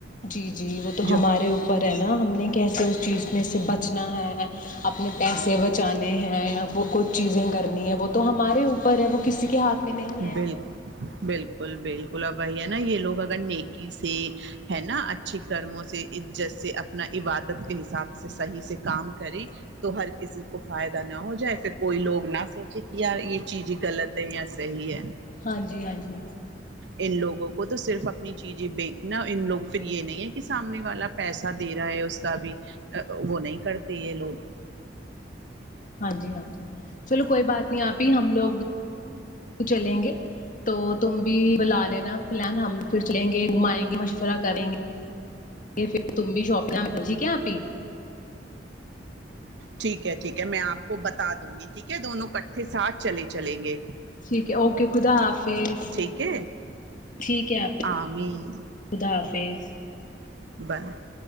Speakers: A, on the left; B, on the right.
A: جی جی وہ تو
B: جو
A: ہمارے اوپر ہے نا ہم نے کیسے اس چیز میں سے بچنا ہے اپنے پیسے بچانے ہیں یا وہ کچھ چیزیں کرنی ہے وہ تو ہمارے اوپر ہے وہ کسی کے ہاتھ میں نہیں
B: بل
A: ہے
B: بالکل بالکل اب وہی ہے نا یہ لوگ اگر نیکی سے ہے نا اچھے کرموں سے عزت سے نہ عبادت کے حساب سے صحیح سے کام کریں تو ہر کسی کو فائدہ نہ ہو جائے کوئی لوگ نہ سوچے کہ یار چیز ہی غلط ہے یا صحیح ہے
A: ہاں جی ہاں جی
B: ان لوگوں کو تو صرف اپنی چیزیں بیکنا ان لوگ پھر یہ نہیں ہے کہ سامنے والا پیسہ دے رہا ہے اس کا بھی وہ نہیں کرتے یہ لوگ
A: ہاں جی ہاں جی چلو کوئی بات نہیں آپی ہم لوگ چلیں گے تو تم بھی بلا لینا پلان ہم پھر چلیں گے گھمائیں گے مشورہ کریں گے پھر تم بھی شاپ ٹھیک ہے آپی
B: ٹھیک ہے ٹھیک ہے میں آپ کو بتا دوں گی ٹھیک ہے دونوں اکٹھے ساتھ چلے چلیں گے
A: ٹھیک ہے اوکے خدا حافظ
B: ٹھیک ہے
A: ٹھیک ہے آپی
B: آمین
A: خدا حافظ
B: <unintelligible>